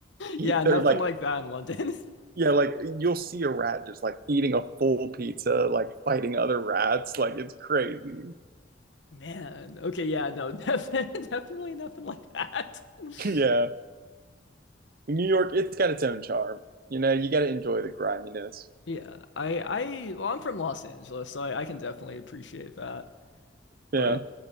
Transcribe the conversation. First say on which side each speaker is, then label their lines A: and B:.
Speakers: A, on the right (about 50°); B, on the left (about 75°).
A: pe-
B: Yeah, nothing
A: they're like
B: like that in London.
A: yeah, like you'll see a rat just like eating a full pizza, like fighting other rats. Like it's crazy.
B: <laughs> Man, okay, yeah, no, <laughs> def definitely nothing like that. <laughs>
A: <laughs> Yeah. New York, it's got its own charm. You know, you got to enjoy the griminess.
B: Yeah, I, I, well, I'm from Los Angeles, so I, I can definitely appreciate that.
A: Yeah.
B: But